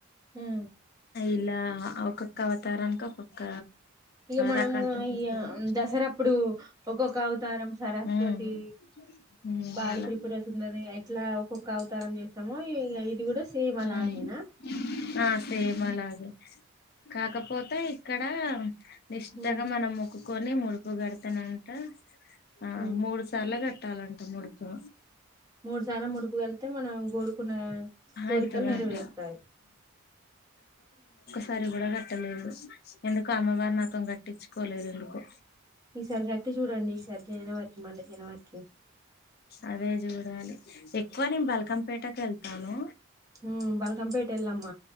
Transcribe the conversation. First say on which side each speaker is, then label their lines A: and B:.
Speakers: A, on the right; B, on the left.
A: ఉమ్
B: ఇలా ఒక్కక్ కవతారాన్ ఒక్కొక్క
A: ఇక మనము
B: రకాలతో
A: ఈ
B: చేస్తారు
A: దసరాప్పుడు ఒక్కొక్క అవతారం సరస్వతి
B: ఉమ్ ఉమ్
A: బాల
B: అలా
A: త్రిపుర స ఉందరి ఎట్లా ఒక్కొక్క అవతారం చేస్తామో ఇది కూడా సేమ్ అలా
B: ఉమ్
A: నేనా
B: ఆ సేమ్ అలాగే కాకపోతే ఇక్కడ నిష్టాగా
A: ఉమ్
B: మనముకు కునే ముడుపు గడతానంట ఆ
A: ఉమ్
B: మూడు సార్లు కట్టాల ముడుకు
A: మూడు సార్లు ముడుపుక వెళ్తే మనం కోరుకున్న కోరికలు
B: అయితదంట
A: నెరవేరుతాయి
B: సరి కూడా కట్టలేదు ఎందుకో అమ్మవారు నాకం కట్టించుకోలేదు ఎందుకో
A: ఈసారి కట్టి చూడండి ఈసారి జనవరి మళ్ళ జనవరికి
B: అదే చూడాలి ఎక్కువ నే బ ల్కంపేటకిల్తాను
A: ఉమ్ బల్కంపేట ఎల్లమ్మ